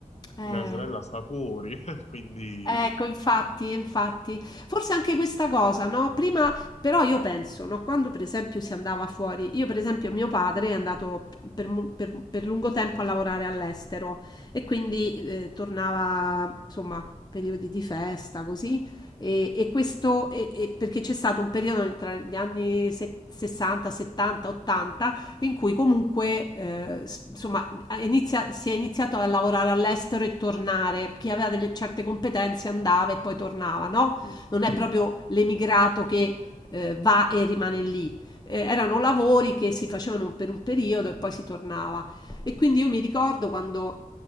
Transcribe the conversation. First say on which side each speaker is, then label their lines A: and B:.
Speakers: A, on the left (about 30°); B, on the left (about 50°).
A: eh,
B: Mia sorella sta fuori, <laughs> quindi...
A: Ecco, infatti, infatti. Forse anche questa cosa, no, prima però io penso, no, quando per esempio si andava fuori, io per esempio mio padre è andato per, mu- per- per lungo tempo a lavorare all'estero e quindi eh, tornava, insomma, periodi di festa, così, e, e questo e- e perché c'è stato un periodo tra gli anni se- 60, 70, 80 in cui comunque, eh, s- insomma, ha inizia- si è iniziato a lavorare all'estero e tornare. Chi aveva delle certe competenze andava e poi tornava, no?
B: sì.
A: Non è proprio l'emigrato che eh, va e rimane lì. Eh, erano lavori che si facevano per un periodo e poi si tornava. E quindi io mi ricordo quando